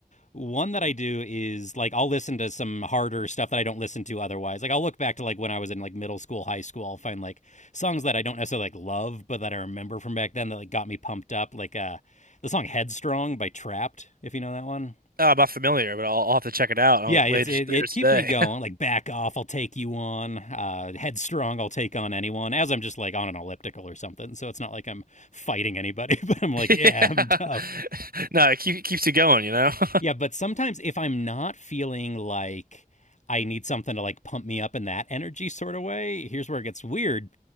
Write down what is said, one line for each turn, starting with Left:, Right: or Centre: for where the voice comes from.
Left: One that I do is like I'll listen to some harder stuff that I don't listen to otherwise. Like I'll look back to like when I was in like middle school, high school, I'll find like songs that I don't necessarily like love, but that I remember from back then that like got me pumped up. Like uh the song Headstrong by Trapped, if you know that one.
Right: Uh, I'm not familiar, but I'll, I'll have to check it out uh,
Left: Yeah, it's
Right: later
Left: it, it
Right: later today.
Left: keeps me going. Like back off, I'll take you on. Uh, headstrong, I'll take on anyone. As I'm just like on an elliptical or something, so it's not like I'm fighting anybody, <laughs> but I'm like,
Right: <laughs> Yeah,
Left: yeah, I'm tough.
Right: <laughs> no, it keep, keeps you going, you know. <laughs>
Left: Yeah, but sometimes if I'm not feeling like I need something to like pump me up in that energy sort of way, here's where it gets weird.